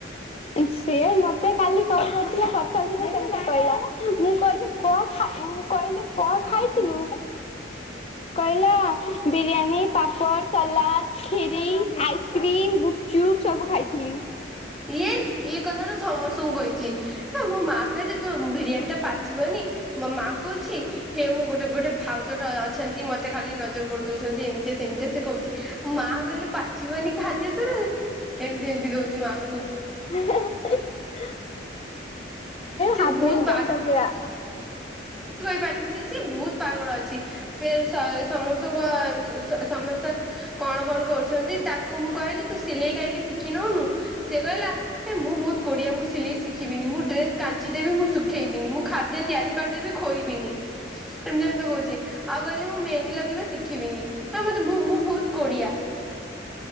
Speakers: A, on the left; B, in the centre.
A: ସେ ମତେ ମତେ କାଲି କଲ କରି <inaudible> କଥା କହିଲା କେମିତି କହିଲା। ମୁଁ କହିଲି କଣ ମୁଁ କହିଲି କଣ ଖାଇଥିଲୁ। କହିଲା ବିରିୟାନୀ। ପାମ୍ପଡ଼ ସାଲାଟ କ୍ଷିରୀ ଆଇସ୍କ୍ରିମ ଗୁପଚୁପ ସବୁ ଖାଇଥିଲି।
B: ଇସ୍ ଇଏ କଥା ଟା ସମସ୍ତଙ୍କୁ କହିଛି ।ମୋ ମା କହିଲେ ତୋ ବିରିୟାନୀ ଟା ପାଚିବନି ମୋ ମା କହୁଛି ହେ ମୁଁ ଗୋଟେ ଗୋଟେ ଭାଉ ଯୋଟ ଅଛନ୍ତି ମତେ ଖାଲି ନଜର କରିଦଉଛନ୍ତି ଏମିତି ସେମିତି ସେ କହୁଛି ।ମା କହିଲେ ପାଚିବନି ଖାଦ୍ୟ ତୋର। ଏମିତି ଏମିତି କହୁଛି ମା ଙ୍କୁ। ଙ୍କୁ।
A: <inaudible>
B: ସେ
A: ହାପ
B: ବହୁତ
A: ମେଣ୍ଟଲଟା ପୁରା।
B: ପାରିବନି ସିଏ ବହୁତ ପାଗଳ ଅଛି। ସେ ସମସ୍ତଙ୍କ ସମସ୍ତ କଣ କଣ କରୁଛନ୍ତି ତାକୁ ମୁଁ କହିଲି ତୁ ସିଲେଇ କାହିଁକି ଶିଖି ନଉନୁ। ସେ କହିଲା ହେ ମୁଁ ବହୁତ କୋଢିଆ‌ ମୁଁ ସିଲେଇ ସିଖି ସିକିବିନି ମୁଁ ଡ୍ରେସ କାଞ୍ଚିଦବି ମୁଁ ଶୁଖେଇବିନି ମୁଁ ଖାଦ୍ୟ ତିଆରି କରିଦେବି ଖୋଇବିନି ଏମିତି ଏମିତି କହୁଛି ।ଆଉ କହିଲି ମୁଁ ମେ ହେନ୍ଦୀ ଲଗେଇବା ଶିକି ଖିବିନି ଆ ମତେ ମୁଁ ବହୁତ କୋଢିଆ।